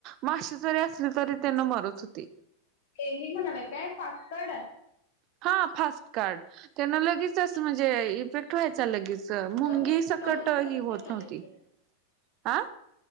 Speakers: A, on the right; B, on the left.
A: माशी जरी असली तरी त्यांना मरत होती.
B: एही म्हणालागे काय फस्कड.
A: हा फास्ट कार्ड त्यांना लगेच असं म्हणजे फेक्ट व्हायचा लगेच
B: होय
A: मुंगी
B: होय ते
A: सकट
B: मरून
A: ही
B: पडत
A: होत
B: होते लगेच
A: नव्हती हा.